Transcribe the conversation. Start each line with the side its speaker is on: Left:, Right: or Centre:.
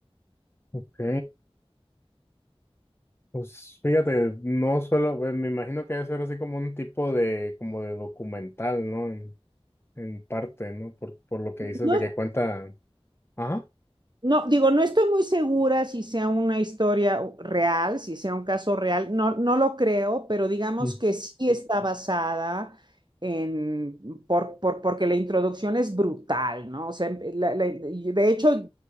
Left: Ok. Pues fíjate, no solo, pues, me imagino que debe ser así como un tipo de, como de documental, ¿no? En, en parte, ¿no? Por, por lo que dices
Right: No,
Left: de que cuenta. Ajá.
Right: No, digo, no estoy muy segura si sea una historia real, si sea un caso real, no, no lo creo, pero digamos
Left: Ujú.
Right: que sí está basada en, por, por- porque la introducción es brutal, ¿no? O sea, la- la- y de hecho,